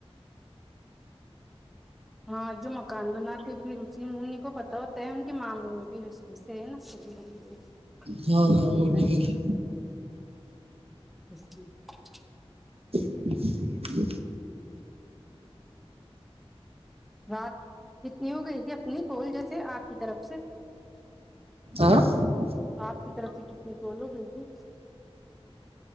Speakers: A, in the centre; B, on the right.
A: ہاں جو مکان بناتے ہو پھر اس انہیں کو پتا ہوتا ہے ان کے معاملے میں پھر اس و سے ہے نا
B: ہاں ہاں
A: دیکھتا
B: وہ بھی ل <unintelligible>
A: اچ <unintelligible>
B: <inaudible>
A: رات کتنی ہو گئی تھی اپنی کوول جیسے آپ کی طرف سے
B: آ <unintelligible>
A: آپ کے <unintelligible> طرف سے کتنی کول ہو گئی تھی